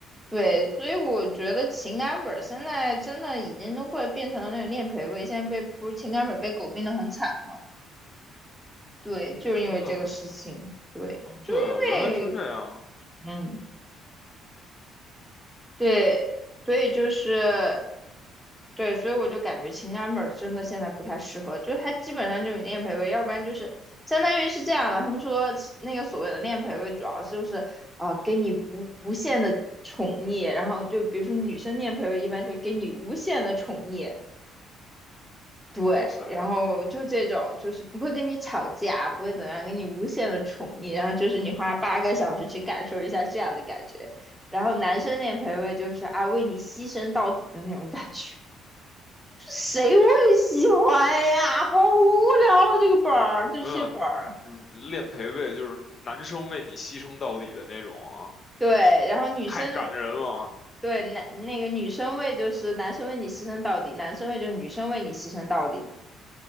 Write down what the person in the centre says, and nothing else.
对，所以我觉得情感本儿现在真的已经都快变成了那个练培位，现在被不是情感本儿被狗病的很惨嘛？对，就是因为这个事情，
对，
就因为
嗯，对，所以就是。对，所以我就感觉情感本儿真的现在不太适合，就是它基本上就是你练陪位，要不然就是相当于是这样的。他们说那个所谓的练陪位，主要就是啊、呃给你无无限的宠溺，然后就比如说女生练陪位，一般就给你无限的宠溺，对，
然后就这种就是不会跟你吵架，不会怎么样，给你无限的宠溺，然后就是你花八个小时去感受一下这样的感觉，然后男生练陪位就是啊为你牺牲到底的那种感觉。谁会喜欢呀？好无聊啊，这个本儿，这些本儿。
对，然后女生
对男那个女生为就是男生为你牺牲到底，男生为就是女生为你牺牲到底，